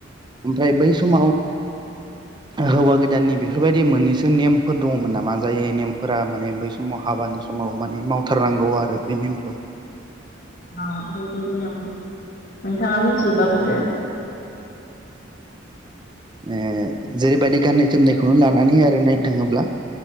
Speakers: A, on the right; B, on the left.
A: ओमफ्राय बै समाव हौवा गोदाननि बेफोरबायदि मोननैसो नेमफोर दङमोन नामा जाय नेमफोरा माने बै समाव हाबानि समाव माने मावथारनांगौ आरो बे नेमखौ।
B: अह बेबायदि नेम नोंथाङा मिथियोबा बुंदो।
A: ओ जेरैबायदि गाननाय जोमनायखौनो लानानै आरो नायनो थाङोब्ला